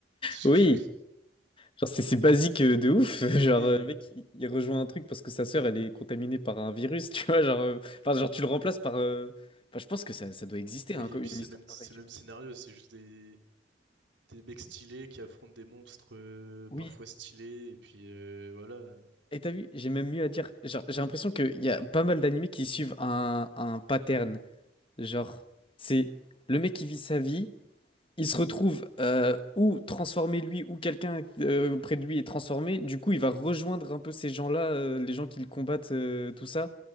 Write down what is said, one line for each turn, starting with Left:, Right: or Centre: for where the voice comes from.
Right: <laughs>
Left: oui. Genre, c'est c'est basique euh, de ouf. <laughs> Genre,
Right: Oui,
Left: euh, le mec, il, il rejoint un truc parce que sa sœur, elle est contaminée par un virus, <laughs> tu vois. Genre, euh, enfin, genre tu le remplaces par. euh, Enfin, je pense que ça, ça doit exister,
Right: oui, oui,
Left: hein, comme
Right: et puis
Left: une
Right: c'est
Left: histoire
Right: le même,
Left: pareille,
Right: c'est
Left: tu
Right: le même
Left: vois.
Right: scénario, c'est juste des... des mecs stylés qui affrontent des monstres euh,
Left: Oui.
Right: parfois stylés, et puis euh, voilà.
Left: Et t'as vu, j'ai même mieux à dire. Genre, j'ai l'impression qu'il y a pas mal d'animés qui suivent un, un pattern. Genre, c'est le mec qui vit sa vie, il se retrouve euh, ou transformé lui, ou quelqu'un euh, près de lui est transformé. Du coup, il va rejoindre un peu ces gens-là, euh, les gens qui le combattent, euh, tout ça.